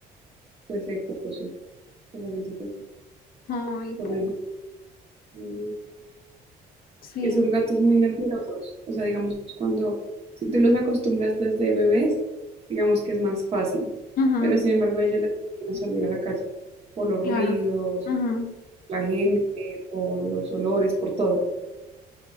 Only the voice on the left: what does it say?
Ay,
po-
Sí,
ujú,
claro. ujú.